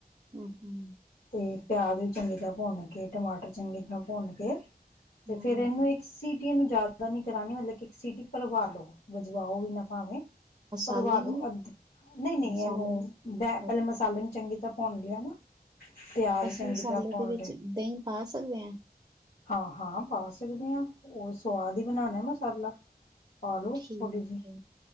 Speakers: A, on the right; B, on the left.
A: ਹੂੰ।
B: ਤੇ ਪਿਆਜ਼ ਵੀ ਚੰਗੀ ਤਰ੍ਹਾਂ ਭੁੰਨ ਕੇ ਟਮਾਟਰ ਚੰਗੀ ਤਰ੍ਹਾਂ ਭੁੰਨ ਕੇ ਤੇ
A: ਹੂੰ।
B: ਫਿਰ ਇਨੂੰ ਇੱਕ ਸੀ। ਕੀ ਐਨੂੰ ਯਾਦ ਨੀ ਕਰਾਣੀ। ਮਤਲਬ ਕਿ ਇੱਕ ਸਿਟੀ ਭਰਵਾ ਲੋ, ਵਜਵਾਓ ਵੀ ਨਾ ਭਾਵੇਂ।
A: ਮਸਾਲੇ
B: ਭਰਵਾ ਲੋ
A: ਨੂੰ
B: ਅੱਧੀ ਨਹੀਂ ਨਹੀਂ,
A: ਮਸਾਲੇ
B: ਐਨੂੰ
A: ਨੂੰ
B: ਬੈ
A: ਕਰ-
B: ਪੈਲੇ ਮਸਾਲੇ ਨੂੰ ਚੰਗੀ ਤਰ੍ਹਾਂ ਭੂਣ ਲਿਆ ਨਾ। ਪਿਆਜ
A: ਅਸੀਂ
B: ਚੰਗੀ
A: ਮਸਾਲੇ
B: ਤਰ੍ਹਾਂ ਭੁੰਨ
A: ਦੇ ਵਿੱਚ
B: ਲਏ
A: ਦਹੀਂ ਪਾ ਸਕਦੇ ਐਂ?
B: ਹਾਂ ਹਾਂ, ਪਾ ਸਕਦੇ ਹਾਂ। ਉਹ ਸਵਾਦ ਹੀ ਬਣਾਉਣਾ ਮਸਾਲਾ। ਪਾਲੋ
A: ਠੀਕ
B: ਥੋੜੀ ਜਿਹੀ
A: ਹੈ